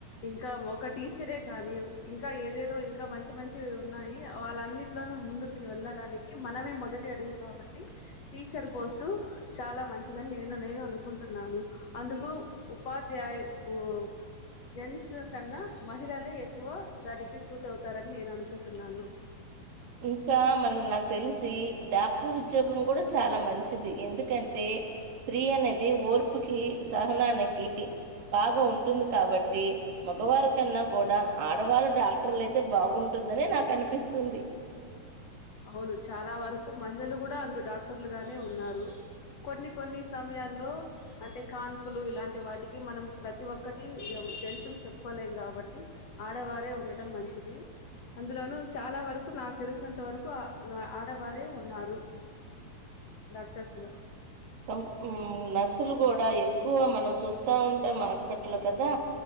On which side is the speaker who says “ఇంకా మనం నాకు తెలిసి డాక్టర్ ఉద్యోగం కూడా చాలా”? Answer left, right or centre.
Right